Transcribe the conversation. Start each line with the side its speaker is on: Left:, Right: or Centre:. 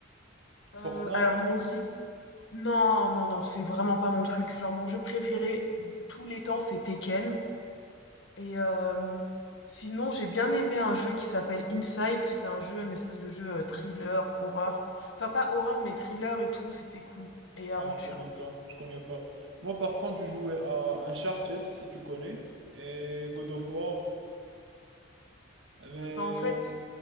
Right: Fortnite?
Left: Heu, alors mon jeu non, non, non, c'est vraiment pas mon truc. Genre mon jeu préféré de tous les temps, c'est Tekken. Et euh, sinon, j'ai bien aimé un jeu qui s'appelle Inside. C'était un jeu, une espèce de jeu euh, thriller, horreur. Enfin, pas horreur, mais thriller et tout. C'était cool. Et aventure.
Right: Ah, je connais pas, je connais pas. Moi, par contre, je jouais à Uncharted, si tu connais, et God of War, mais
Left: Bah, en fait,